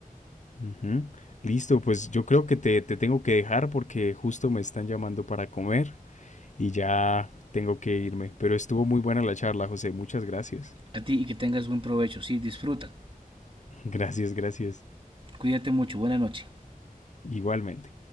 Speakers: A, on the left (about 55°); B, on the right (about 35°).
A: Ujú. Listo, pues yo creo que te, te tengo que dejar porque justo me están llamando para comer. Y ya tengo que irme. Pero estuvo muy buena la charla, José. Muchas gracias.
B: A ti y que tengas buen provecho. Sí, disfruta.
A: <laughs> Gracias, gracias.
B: Cuídate mucho. Buena noche.
A: Igualmente.